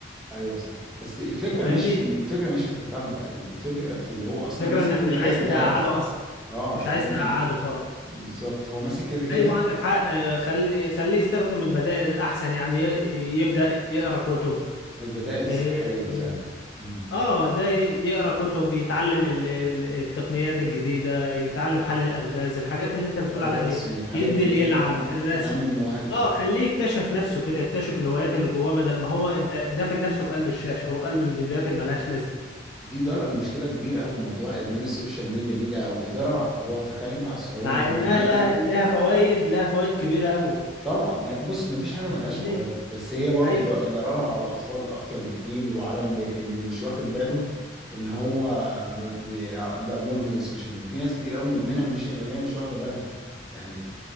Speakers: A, in the centre; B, on the left.
A: ايوه صح بس الفكره
B: انت فاهمني
A: مش في الفكره مش في التتبع الفكره في اللي هو اصلا
B: فكره
A: ماسك
B: انك
A: كده
B: مش
A: كده
B: عايز
A: الجهاز
B: تقعده اصلا
A: اه
B: مش
A: لكن
B: عايز تقعده
A: انا
B: خالص
A: بالظبط هو ماسك كده كده
B: ايوه عندك حق اه، خلي خليه يستخدم البدائل الاحسن يعني ي- يبدا يقرا كتب
A: البدائل الصحيه
B: اه،
A: فعلا
B: آه.
A: مم.
B: اه ده ي- يقرا كتب يتعلم ال- ال- التقنيات الجديدة يتعلم حل الألغاز الحاجات اللي انت بتقول
A: الرسم
B: عليها دي
A: الحاجات
B: ينزل
A: اللي
B: يلعب
A: هي تنمي
B: الرسم
A: تنمي المواهب بتاعتك
B: اه خليه يكتشف نفسه كده يكتشف الهوايات اللي جواه بدل ما هو انت دافن نفسه في قلب الشاشة هو قلب الفيديوهات اللي ملهاش لازمة
A: دي ضرر مشكله كبيره قوي موضوع ادمان السوشيال ميديا دي ده ضرر على الكبار تخيل انت على الصغيرين
B: مع
A: عامل
B: انها
A: إيه. يعني
B: لها
A: انا
B: لها فوائد لها فوائد كبيرة قوي
A: طبعا بص مفيش حاجه ملهاش
B: انت فاهمني
A: فوائد بس هي برضو
B: ايوه
A: ض- ضررها على الاطفال اكتر بكتير وعلى اللي, اللي مش واخد باله ان هو ما بي- بقى مدمن السوشيال ميديا في ناس كتير قوي مدمنه ومش وهي مش واخده بالها يعني